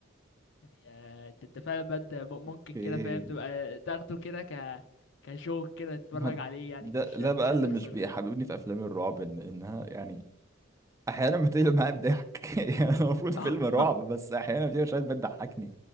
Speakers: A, on the left; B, on the right.
A: يعني آه، انت انت فعلا بجد م- ممكن
B: اوكي
A: كده فاهم تبقى تاخده كده ك كجوك كده تتفرج
B: ما-
A: عليه يعني
B: ده
A: مش
B: ده
A: مش
B: بقى اللي
A: هتخسر
B: مش بيحببني في افلام الرعب إن... انها يعني احيانا بتقلب معايا بضحك <laughs> يعني المفروض فيلم
A: <laughs>
B: رعب بس احيانا في مشاهد بتضحكني